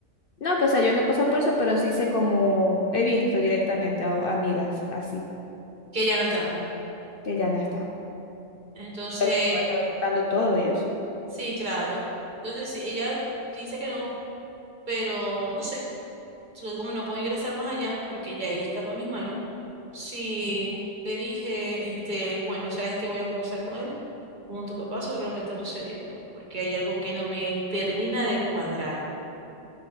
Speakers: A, on the left; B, on the right.
A: No, que o sea, yo no he pasado por eso, pero sí sé como he visto directamente a a amigas así,
B: que ya no están.
A: que ya no están.
B: Entonces...
A: Lo mismo, están reportando todo y eso.
B: Sí, claro. Entonces, sí, ella dice que no, pero no sé. Entonces, como no puedo ingresar más allá, porque ya ahí escapa a mis manos, sí le dije, este, bueno, sabes que voy a conversar con él, con tu papá, sobre lo que está sucediendo, porque hay algo que no me termina de cuadrar.